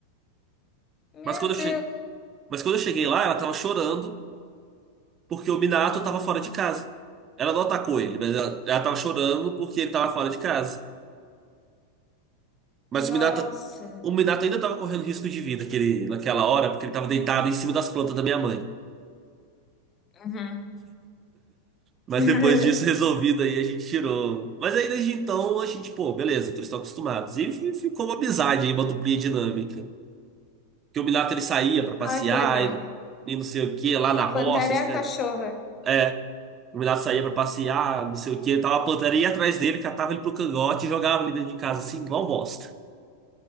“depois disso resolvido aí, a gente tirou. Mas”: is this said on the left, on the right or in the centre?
Right